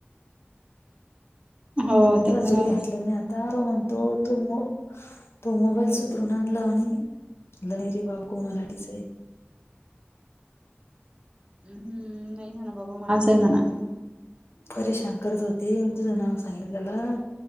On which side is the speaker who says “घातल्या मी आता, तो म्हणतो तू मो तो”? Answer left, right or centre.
Left